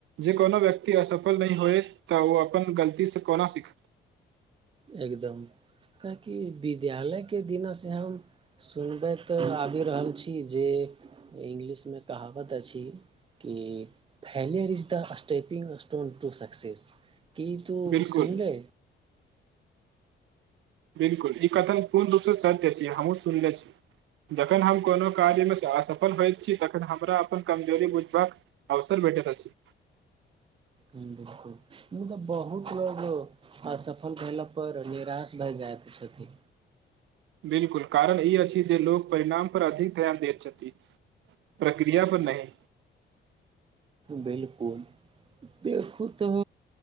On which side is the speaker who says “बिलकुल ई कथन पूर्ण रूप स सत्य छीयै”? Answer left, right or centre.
Right